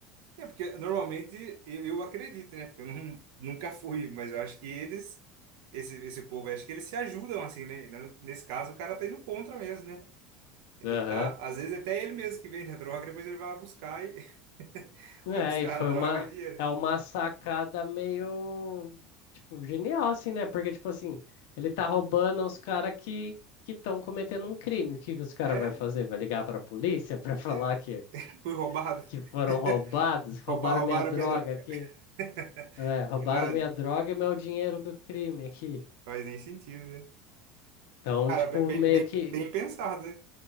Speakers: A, on the right (about 75°); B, on the left (about 80°).
A: É, porque normalmente eu, eu acredito, né? Porque eu nun- nunca fui, mas eu acho que eles, esse, esse povo, acho que eles se ajudam assim, né? E não- Nesse caso, o cara tá indo contra mesmo, né? Ele
B: Aham.
A: tá, às vezes até ele mesmo que vende a droga, depois ele vai lá buscar e <laughs>
B: É,
A: vai buscar
B: e foi
A: a droga
B: uma,
A: e dinheiro.
B: é uma sacada meio, tipo, genial, assim, né? Porque, tipo assim, ele tá roubando os caras que que estão cometendo um crime. O que que os caras
A: É,
B: vai fazer? Vai ligar pra polícia pra <laughs> falar
A: é,
B: que,
A: fui roubado.
B: que foram
A: <laughs>
B: roubados? Roubaram
A: Rouba- Roubaram
B: minha droga
A: a minha droga.
B: aqui.
A: <laughs>
B: É, roubaram
A: Verdade.
B: minha droga e meu dinheiro do crime aqui.
A: Faz nem sentido, né?
B: Então,
A: Cara,
B: tipo,
A: be- bem,
B: meio
A: bem,
B: que
A: bem pensado, né?